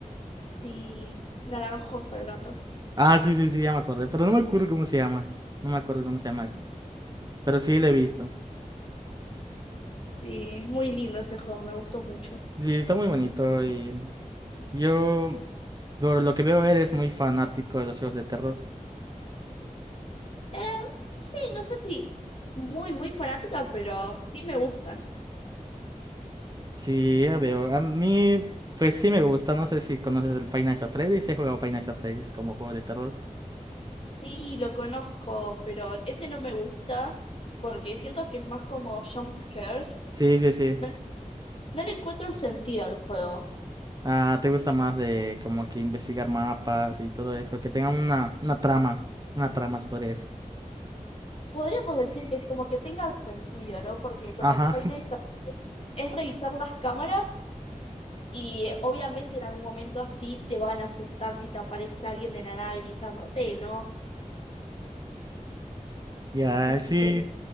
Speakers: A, on the left; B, on the right.
A: Sí, naranjoso el gato.
B: Ah, sí, sí, sí, ya me acordé, pero no me acuerdo cómo se llama. No me acuerdo cómo se llama. Pero sí lo he visto.
A: Sí, es muy lindo ese juego, me gustó mucho.
B: Sí, está muy bonito y yo, por lo que veo, eres muy fanático de los juegos de terror.
A: Eh, sí, no sé si es muy, muy fanática, pero sí me gustan.
B: Sí, ya veo. A mí, pues sí me gusta. No sé si conoces el Five Nights at Freddy's. Sí, He jugado Five Nights at Freddy's como juego de terror.
A: Sí, lo conozco, pero ese no me gusta porque siento que es más como jump scares.
B: Sí, sí, sí.
A: No, le no le encuentro el sentido al juego.
B: Ah, ¿te gusta más de como que investigar mapas y todo eso? Que tenga una, una trama. Una trama, se podría decir.
A: Podríamos decir que es como que tenga sentido, ¿no? Porque con
B: Ajá,
A: el Five
B: <laughs>
A: Nights at- es revisar las cámaras y eh, obviamente en algún momento así te van a asustar si te aparece alguien de la nada gritándote, ¿no?
B: ya,
A: Así
B: sí.
A: que